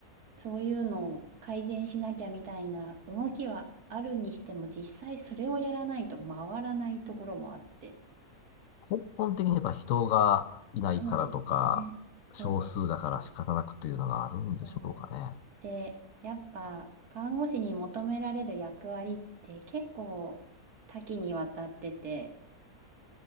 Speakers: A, on the right; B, on the left.
A: そういうのを改善しなきゃみたいな動きはあるにしても、実際それをやらないと回らないところもあって。
B: 根本的にやっぱ人がいないからとか、
A: そうですね。そうですね。
B: 少数だから仕方なくというのがあるんでしょうかね。
A: そう。で、やっぱ看護師に求められる役割って結構多岐にわたってて、